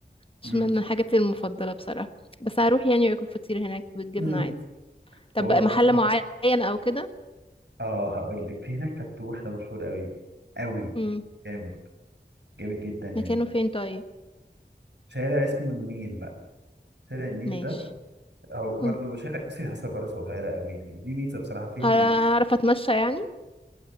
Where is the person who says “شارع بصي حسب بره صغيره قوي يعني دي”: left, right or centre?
Right